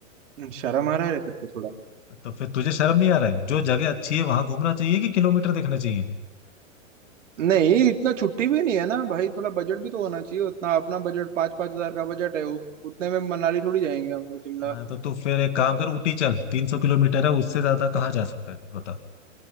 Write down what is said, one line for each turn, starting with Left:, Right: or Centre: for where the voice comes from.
Right: शर्म आ रहा है तेरे को थोड़ा
Left: तो फिर तुझे शर्म नहीं आ रहा है जो जगह अच्छी है वहां घूमना चाहिए कि किलोमीटर देखना चाहिए
Right: नहीं इतना छुट्टी भी नहीं है ना भाई थोड़ा बजट भी तो होना चाहिए उतना अपना बजट पाँच पाँच हजार का बजट है उत, उतने में मनाली थोड़ी जाएंगे हम लोग शिमला
Left: हाँ तो तू फिर एक काम कर ऊटी चल तीन सौ किलोमीटर है उससे ज्यादा कहाँ जा सकता है बता